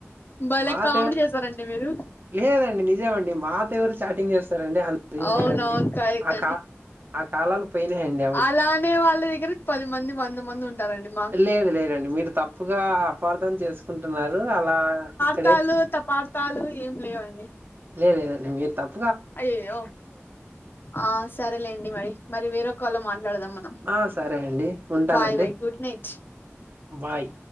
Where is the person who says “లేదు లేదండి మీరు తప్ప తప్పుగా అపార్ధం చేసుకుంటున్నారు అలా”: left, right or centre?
Right